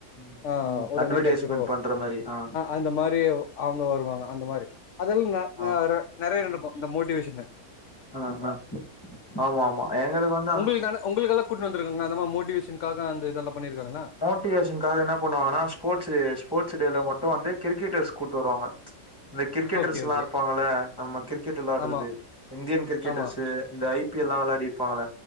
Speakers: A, on the left; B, on the left.
A: ம்
B: ஆ
A: ம்
B: உடனே
A: அட்வர்டைஸ்மெண்ட்
B: கெடச்சிரு
A: பண்ற மாரி ஆ
B: அந்த மாரி அவங்க வருவாங்க அந்த மாரி அதெல்லா நெ
A: ஆ
B: நெ நெறைய நடக்கும் இந்த மோட்டிவேஷன்னு
A: அ அ ஆமா ஆமா எங்களுக் வந்
B: உங்களுக் ஆனா உங்களுக்கல்லா கூட்னு வந்துருக்காங்ளா அந்த மாரி மோட்டிவேஷன்காக அந்த இதெல்லா பண்ணிருக்காங்ளா
A: மோட்டிவேஷன்காக என்ன பண்ணு வாங்கன்னா ஸ்போர்ட்ஸ் டே ஸ்போர்ட்ஸ் டே ல மட்டும் வந்து கிரிக்கெட்டர்ஸ் கூட்டு வருவாங்க இந்த கிரிக்கெட்டர்ஸ்
B: ஓகே
A: எல்லா
B: ஓகே
A: இருப்பாங்கல்ல நம்ம கிரிக்கெட் விளாட்டுறது
B: ஆமா
A: இந்தியன் கிரிக்கெட்டர்ஸு
B: ஆமா
A: இந்த ஐ பி எல் லா வெளாடி இருப்பாங்கள